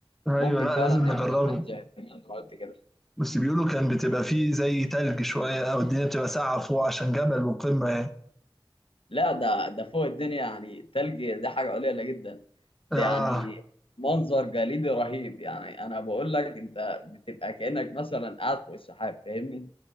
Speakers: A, in the centre; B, on the left.
A: ايوه
B: ممكن
A: لا
B: فعلا
A: لازم نجربه
B: نبقى نعمل زي ما أنت قلت كده
A: بس بيقولوا كان بتبقى فيه زي تلج شويه او الدنيا بتبقى ساقعه فوق عشان جبل وقمه يعني
B: لا ده ده فوق الدنيا يعني تلج ده حاجة قليلة جدا ده
A: اه
B: يعني منظر جليدي رهيب يعني أنا بقول لك أنت بتبقى كأنك مثلا قاعد فوق السحاب فاهمني